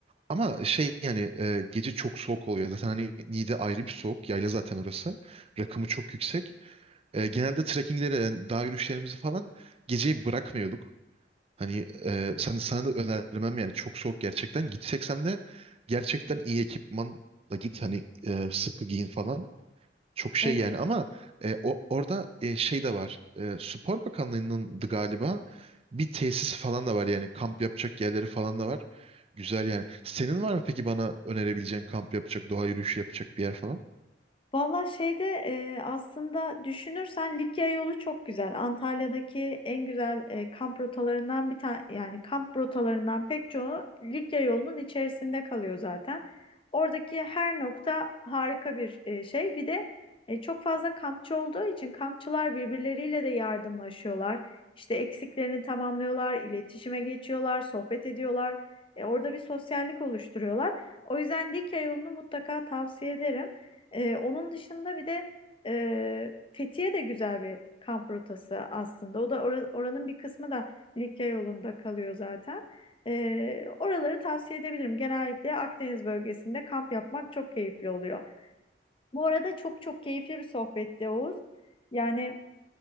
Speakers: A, on the right; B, on the left.
A: Ama şey yani e, gece çok soğuk oluyor. Zaten hani Niğde ayrı bir soğuk. Yayla zaten orası. Rakımı çok yüksek. E, genelde trekkinglere, yani dağ yürüyüşlerimizi falan geceyi bırakmıyorduk. Hani e, sen, sana da önermem yani çok soğuk gerçekten. Gitsek sen de gerçekten iyi ekipmanla git. Hani e, sıkı giyin falan. Çok şey
B: Evet.
A: yani ama e, o, orada e, şey de var. E, Spor Bakanlığı'nın galiba bir tesis falan da var yani kamp yapacak yerleri falan da var. Güzel yani. Senin var mı peki bana önerebileceğin kamp yapacak, doğa yürüyüşü yapacak bir yer falan?
B: Valla şeyde e, aslında düşünürsen Likya yolu çok güzel. Antalya'daki en güzel e, kamp rotalarından bir tane yani kamp rotalarından pek çoğu Likya yolunun içerisinde kalıyor zaten. Oradaki her nokta harika bir e, şey. Bir de e, çok fazla kampçı olduğu için kampçılar birbirleriyle de yardımlaşıyorlar. İşte eksiklerini tamamlıyorlar, iletişime geçiyorlar, sohbet ediyorlar. E, orada bir sosyallik oluşturuyorlar. O yüzden Likya yolunu mutlaka tavsiye ederim. Ee, onun dışında bir de e, Fethiye de güzel bir kamp rotası aslında. O da ora- oranın bir kısmı da Likya yolunda kalıyor zaten. Ee, oraları tavsiye edebilirim. Genellikle Akdeniz bölgesinde kamp yapmak çok keyifli oluyor. Bu arada çok çok keyifli bir sohbetti Oğuz. Yani